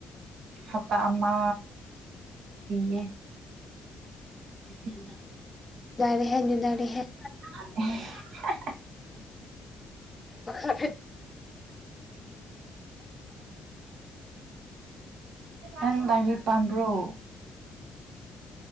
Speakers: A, on the right (about 75°); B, on the left (about 20°).
A: ꯍꯠꯇꯃ ꯄꯤꯌꯦ ꯎ
B: ꯔꯦꯍ ꯅꯨꯗꯥꯔꯦ ꯍꯥꯏ
A: <inaudible>
B: ꯆ
A: ꯑ ꯇ ꯄꯝ꯭ꯔꯣ